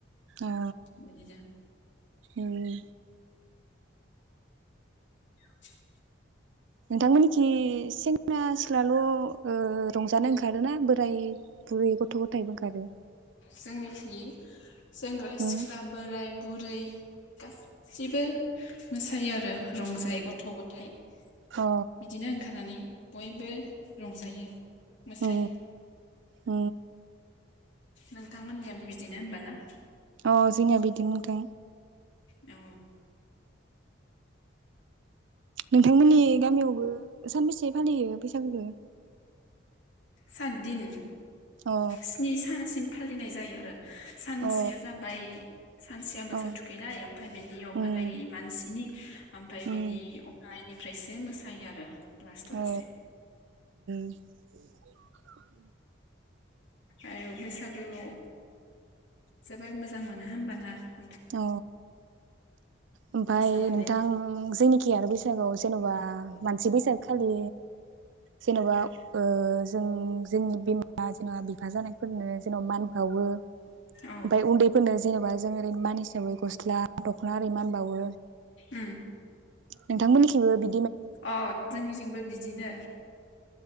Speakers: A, on the right; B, on the left.
A: औ
B: बिदिनो
A: उम।
B: <inaudible>
A: नोंथांमोन थि सेंग्रा सिख्लाल ओ रंजानो ओंखारोना बोराइ बुरै गथ गथायबो ओंखारो।
B: जोंनिखि सेंग्रा
A: उम
B: सिख्ला बोराइ बुरै गासिबो मोसायो आरो रंजायो गथ' गथ थाय
A: अ
B: बिदिनो ओंखारनानै बयबो रंजायो। मोसायो
A: अ अ
B: नोंथांमोननियाबो बिदिनो होनबाना?
A: अ जोंना बिदिनो। <unintelligible>
B: औ
A: नोंथांमोननि गामियावबो सानबेसे फालियो बैसागोखौ?
B: सातदिन
A: अ
B: स्नि सानसिम फालिनाय जायो आरो। सानसेया
A: अ
B: जाबाय सानसेया मोसौ
A: अ
B: थुखैनाय ओमफाय बेनि अखानायै
A: उम
B: मानसिनि ओमफाय
A: उम
B: बिनि अखानायैफ्रायसो मोसायो आरो लास्थाव
A: अ
B: लासे।
A: <inaudible>
B: आरो बैसागोआव जोबोर मोजां मोनो होनबाना <unintelligible>
A: अ ओमफाय
B: मोसानानै
A: नोंथां जोंनिखि <unintelligible> बैसागुआव जेनेबा मानसि बैसागु खालि जेनबा ओ जों जोंनि बिमा जेनेबा बिफा जानायफोरनो जेनबा मान बावो। ओमफाय
B: औ
A: उन्दैफोरनो जेनबा मान हिसाबै गस्ला। दखना ओरै मान बावो।
B: उम
A: नोंथांमोननिखिबो बि
B: अ जोंनिजोंंबो बिदिनो।